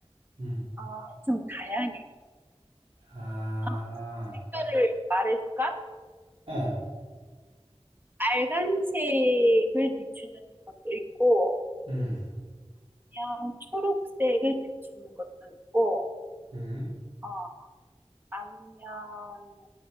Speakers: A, on the right; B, on the right.
A: 음.
B: 어, 좀 다양해.
A: 아,
B: 어, 색깔을 말해줄까?
A: 어,
B: 빨간색을 비추는 것도 있고,
A: 음,
B: 그냥 초록색을 비추는 것도 있고,
A: 음.
B: 어, 아니면,